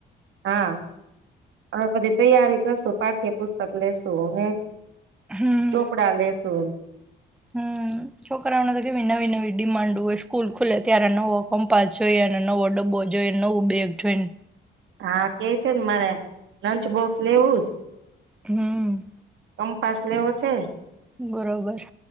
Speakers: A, on the right (about 75°); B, in the centre.
A: હા હવે બધી તૈયારી કરશુ પાઠ્યપુસ્તક લેેશુ ને.
B: હમ
A: ચોપડા લે શુ
B: હમ! છોકરાઓના દ કેવી નાવી નાવીડીમાંડ હોય કુલ ખુલે ત્યારે નવો કમ્પાસ જોઈએ, અને નવો ડબ્બો જોઈ નવું બેગ જોઈને.
A: હા કે છે ને મારે લંચ બોક્સ લેવું જ.
B: હમ.
A: કમપાસ લેવો છે.
B: બરોબર.